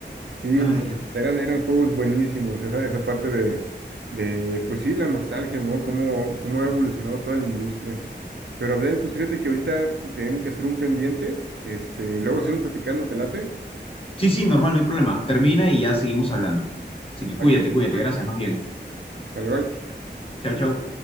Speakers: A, on the right (about 70°); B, on the left (about 30°).
A: Sí, no,
B: Ay, Dios.
A: eran, eran juegos buenísimos, esa, esa parte de, de, pues sí, la nostalgia, ¿no? Cómo, cómo ha evolucionado toda la industria. Pero Abdel, pues fíjate que ahorita tengo que hacer un pendiente, este, luego seguimos platicando, ¿te late?
B: Sí, sí, normal, no hay problema. Termina y ya seguimos hablando. Así que cuídate,
A: Ah, que-
B: cuídate. Gracias, más bien.
A: Dale, bye.
B: Chau, chau.